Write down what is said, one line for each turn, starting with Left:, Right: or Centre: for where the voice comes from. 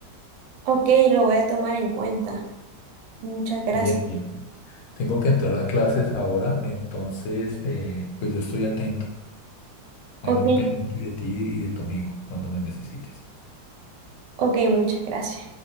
Right: Ok, lo voy a tomar en cuenta. Muchas gracias.
Left: Bien, bien. Tengo que entrar a clases ahora, entonces eh, pues yo estoy atento, ahí
Right: Ok,
Left: muy pendiente de ti y de tu amigo cuando me necesites.
Right: ok, muchas gracias.